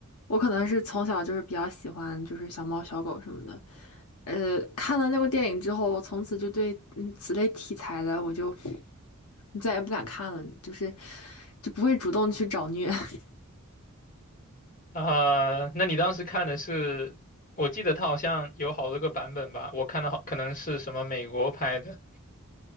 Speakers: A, on the left; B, on the left.
A: 我可能是从小就是比较喜欢就是小猫小狗什么的，呃，看了那部电影之后，我从此就对嗯此类题材的我就再也不敢看了，就是就不会主动去找虐。<laughs>
B: 啊、那你当时看的是，我记得它好像有好多个版本吧，我看的好可能是什么美国拍的，